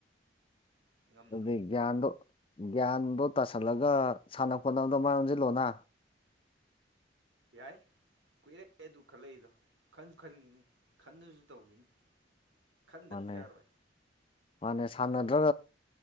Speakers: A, on the right; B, on the left.
A: ꯉꯝꯗꯕ
B: ꯑꯗꯨꯕꯤꯒꯥꯟꯗꯣ ꯒ꯭ꯌꯥꯟꯗꯣ ꯇꯥꯁꯜꯂꯒ ꯁꯥꯟꯅ ꯈꯣꯠꯅꯕꯗꯣ ꯃꯌ ꯑꯣꯁꯤꯜꯂꯣꯅ
A: ꯌꯥꯏ ꯀꯨꯏꯔꯦ ꯑꯗꯨ ꯈꯜꯂꯛꯏꯗꯣ ꯈꯟꯁꯨ ꯈꯟꯈꯤꯅꯤ ꯈꯟꯗꯨꯁꯨ ꯇꯧꯈꯤꯅꯤ ꯈꯟꯗꯕꯁꯨ
B: ꯃꯥꯅꯦ
A: ꯌꯥꯔꯣꯏ
B: ꯃꯥꯅꯦ ꯁꯥꯟꯅꯗ꯭ꯔ